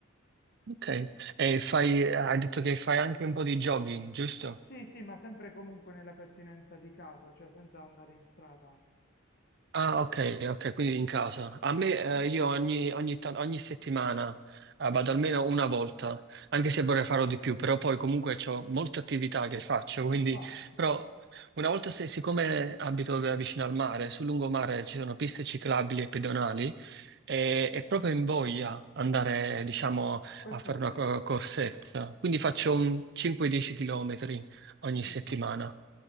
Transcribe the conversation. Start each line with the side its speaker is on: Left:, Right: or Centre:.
Right: Ok, e fai, hai detto che fai anche un po' di jogging, giusto?
Left: Sì, sì, ma sempre e comunque nella pertinenza di casa, cioè senza andare in strada.
Right: Ah, ok, ok, quindi in casa. A me,
Left: Sì,
Right: eh, io ogni, ogni tan- ogni settimana, eh, vado almeno una volta, anche se vorrei farlo di più, però poi comunque ho molte attività che faccio,
Left: ma
Right: <laughs> quindi,
Left: infatti,
Right: però una volta, se, siccome abito v- vicino al mare, sul lungomare ci sono piste ciclabili e pedonali, e, e proprio in voglia andare, diciamo,
Left: questo
Right: a fare
Left: è vero,
Right: una co- corsetta. Quindi
Left: ti
Right: faccio
Left: capisco.
Right: un 5-10 km ogni
Left: Sì,
Right: settimana.
Left: sì.